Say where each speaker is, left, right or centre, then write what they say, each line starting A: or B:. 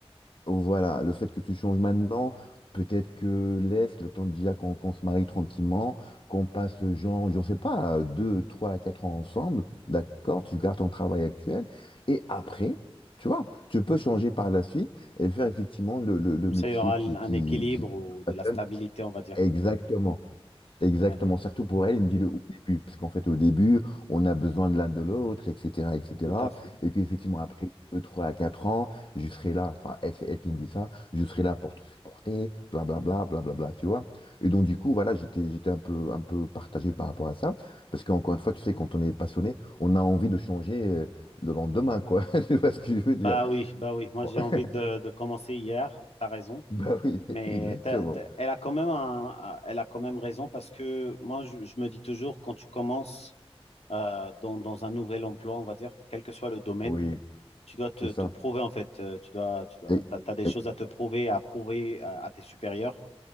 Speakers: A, on the left (about 55°); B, on the left (about 80°).
A: voilà, le fait que tu changes maintenant, peut-être que laisse le temps déjà qu'on qu'on se marie tranquillement, qu'on passe, genre, j'en sais pas, deux, trois, quatre ans ensemble, d'accord, tu gardes ton travail actuel, et après, tu vois, tu peux changer par la suite et faire effectivement le, le- le
B: Comme
A: métier
B: ça, il y aura l-
A: qui,
B: un
A: qui,
B: équilibre
A: qui te
B: ou
A: passionne.
B: de la stabilité, on va dire.
A: Exactement. Exactement,
B: Ouais,
A: surtout pour elle, il me dit le au début, parce qu'en fait au début, on a besoin de l'un de l'autre, etc., etc.,
B: tout à fait.
A: et cetera, et qu'effectivement après 2, 3 à 4 ans, je serai là, enfin elle, c'est elle qui me dit ça, je serai là pour te supporter, blablabla, blablabla, tu vois. Et donc du coup, voilà, j'étais, j'étais un peu, un peu partagé par rapport à ça, parce qu'encore une fois, tu
B: Mhm.
A: sais, quand on est passionné, on a envie de changer euh, le lendemain, quoi, <laughs> tu vois ce que je veux dire.
B: Bah oui, bah oui. Moi,
A: Bon.
B: j'ai
A: <laughs>
B: envie de, de commencer hier. T'as raison.
A: Bah oui,
B: Mais
A: <laughs> exactement.
B: t'as- t'as- elle a quand même un- elle a quand même raison parce que moi, je, je me dis toujours, quand tu commences euh, dans, dans un nouvel emploi, on va dire, quel que soit le domaine,
A: Oui,
B: tu dois te,
A: c'est ça.
B: te prouver, en fait. Euh, Tu dois, tu dois,
A: E-
B: t'as, t'as des choses
A: e-
B: à te prouver, à prouver à, à tes supérieurs.